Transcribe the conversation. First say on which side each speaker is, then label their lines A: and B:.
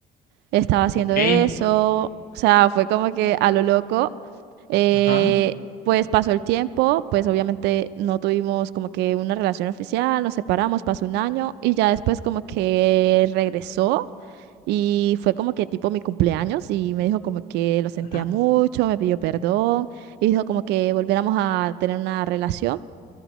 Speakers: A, on the right (about 85°); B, on the left (about 60°).
A: estaba haciendo
B: Okey.
A: eso. O sea, fue como que a lo loco eh,
B: Ajá,
A: pues pasó el tiempo, pues obviamente no tuvimos como que una relación oficial, nos separamos, pasó un año y ya después como que regresó y fue como que tipo mi cumpleaños y me dijo como que lo sentía
B: ajá.
A: mucho, me pidió perdón y dijo como que volviéramos a tener una relación.